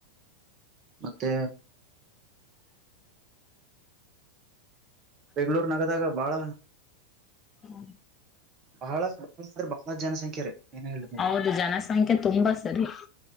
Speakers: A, on the right; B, on the left.
A: ಮತ್ತೆ ಬೆಂಗಳೂರ್ ನಗದಾಗ ಬಾಳ
B: ಹ್ಮ
A: ಬಹಳ <unintelligible> ರೀ ಏನೇ ಹೇಳಿದ್ರು
B: ಹೌದು ಜನಸಂಖ್ಯೆ ತುಂಬಾ ಸರಿ